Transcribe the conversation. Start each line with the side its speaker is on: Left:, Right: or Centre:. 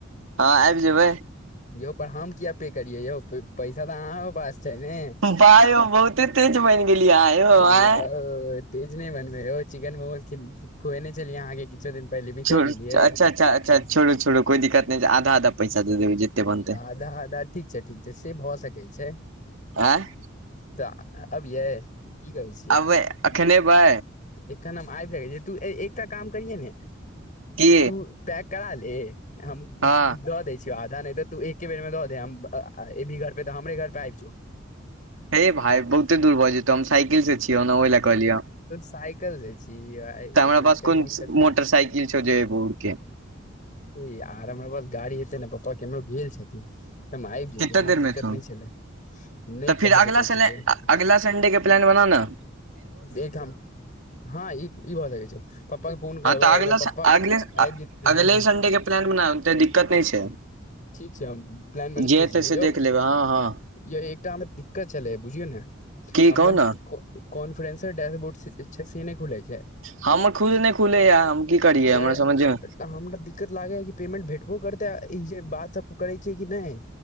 Right: हँ आबि जेबै
Left: यौ पर हम किया पे करिये यौ पैसा तऽ अहाँके पास छैने
Right: वाह यौ बहुते तेज बनि गेलियै अहाँ यौ
Left: यौऽ
Right: आँय
Left: तेज नय बनबै यौ चिकेन मोमोज खुयेने छलि अहाँके किछे दिन पहिले बिसरि
Right: छोरू
Left: गेलियै
Right: अच्छा अच्छा अच्छा छोरू छोरू कोइ दिक्त नय छै आधा आधा पैसा दे देबै जते बनतै
Left: आधा आधा ठीक छै ठीक छै से भऽ सकै छै
Right: आँय
Left: तऽ अबियै कहै छियै
Right: अबै एखन एबै
Left: एखन हम आ जाय छी तु एकटा काम करिहे ने
Right: की
Left: तू पकि करा ले हम द
Right: हँ
Left: दै क आधा नय ते तू एके बेर मे द दे अभी घर पे तऽ हमरे घर पे आबि जो
Right: हे भाय बहुते दूर भऽ जेतै हम साइकिल से छियौ ने ओई ले कहलियौ हं
Left: साइकिल से छी
Right: त हमरा पास
Left: कनी
Right: कोन
Left: दिक्कत होइ
Right: मोटर
Left: छै
Right: साइकिल छो जे एबौ उरके
Left: ई आर हमरा बस गाड़ी हेतै ने पप्पा केमरो गेल छथिन तऽ हम आबि जतीयै
Right: कितना
Left: हमरा
Right: देर
Left: दिक्कत
Right: मे एथुन
Left: नय छलै नय
Right: तऽ फिर
Left: कह
Right: अगला
Left: सकै
Right: सले
Left: छी बोल
Right: अगला संडे के प्लान बना न
Left: एखाम हँ ई ई भऽ सकै छौ पप्पा के फोन करबै
Right: हँ तऽ अगिला
Left: अगर पप्पा
Right: स अगिले
Left: आबि जेथिन
Right: अगले
Left: हँ
Right: संडे के प्लान बनाउ तऽ दिक्कत नय छै
Left: ठीक छै हम प्लान बनबै
Right: जे हेतै
Left: छी
Right: से
Left: यौ
Right: देख लेबै हँ हँ
Left: यै एकटा हम दिक्कत छलै बुझियौ ने
Right: की
Left: हमर
Right: कहू ने
Left: कॉन्फरेंसर डैशबोर्ड छै से नय खुलै छै
Right: हमर खुद नय खुलैया हम की करियै
Left: य
Right: हमरा समझे
Left: हमरा दिक्कत लागै या कि नय पेमेंट भेटबो करतेै ई जे बात सब करै छियै कि नय